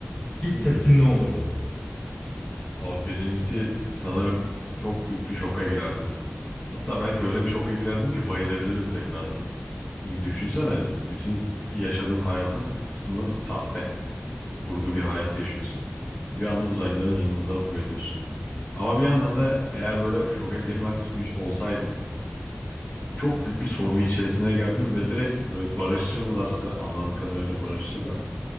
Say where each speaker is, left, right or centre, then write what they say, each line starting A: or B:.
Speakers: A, on the left; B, on the left.
A: İlk
B: Hmm.
A: tepkin ne olurdu?
B: Abi birincisi sanırım çok büyük bir şoka girerdim. Hatta belki öyle bir şoka girerdim ki bayılabilirdim tekrardan. Çünkü düşünsene bütün yaşadığın hayatın aslında bir sahte, kurgu bir hayat yaşıyorsun. Bir anda uzaylıların yanında uyanıyorsun. Ama bir yandan da eğer böyle şoka girmemiş olsaydım çok büyük bir sorgu içerisine girdim ve direkt böyle barışçılarsa anladığım kadarıyla barışçılar